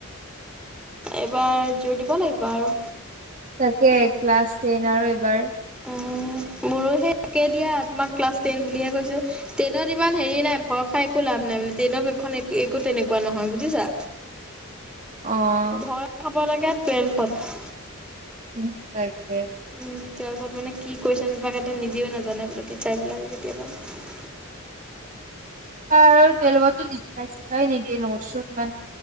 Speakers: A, in the centre; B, on the right (about 35°).
A: এইবাৰ যুৰ দিব লাগিব আৰু।
B: তাকে ক্লাছ টেন আৰু এইবাৰ।
A: অ মোৰো সে একে দিয়া আমাক ক্লাছ টেন বুলিহে কৈছো। ট্ৰেইনত ইমান হেৰি নাই ভয় খাই একো লাভ নাই মানে ট্ৰেইনৰ ব্যৱান একো তেনেকুৱা নহয় বুজিছা।
B: অ।
A: ভয় খাব লাগে টোৱেলফত।
B: উম তাকে।
A: উম টোৱেলভত মানে কি কৈচন পেপাৰ কাতে মানে নিজেও নাজানে বোলে টিচাৰ বিলাকে। ট্ৰেনত।
B: আৰু টোৱালভত টো লিখাই শিক্ষাই নিদিয়ে নটচ চত।